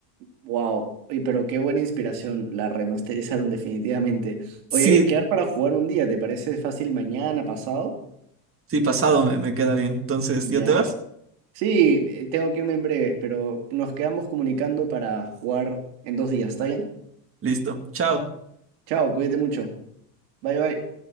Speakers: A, on the right (about 80°); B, on the right (about 25°).
A: Wow, pero qué buena inspiración, la remasterizaron definitivamente. Oye,
B: Sí,
A: hay que quedar para jugar un día, ¿te parece fácil mañana, pasado?
B: sí, pasado me, me queda bien. Entonces,
A: Ya.
B: ¿ya te vas?
A: Sí, eh, tengo que irme en breves, pero nos quedamos comunicando para jugar en dos días, ¿está bien?
B: Listo. Chao.
A: Chao, cuídate mucho. Bye bye.